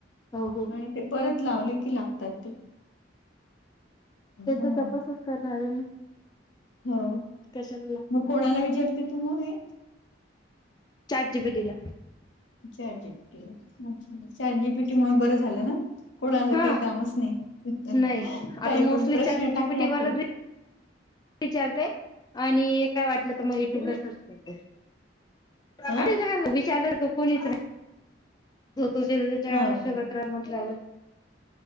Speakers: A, on the left (about 20°); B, on the left (about 75°).
A: अ हो. हो
B: आणि ते परत लावले की लागतात ते ह
A: त्याचा तपासच करणार आहे मी
B: हो
A: कशाला लागत
B: मग कोणाला विचारते तू म हे
A: चार जी बी दिला
B: चार जीपीटीला अच्छ चार जीपीटी मु बरं झालं ना कोणालं
A: हा
B: काही कामच नाही
A: नाही
B: काही
A: आता मोस्टली
B: पण प्रश्न
A: चॅट जीपीटी
B: टाकला
A: वरच
B: का
A: विचारते आणि काय वाटलं तर मग युट्यूबला सर्च करते
B: ह
A: अरे का विचारार कोणीच रा तो
B: हो
A: शत्रा
B: का
A: मधल्यावर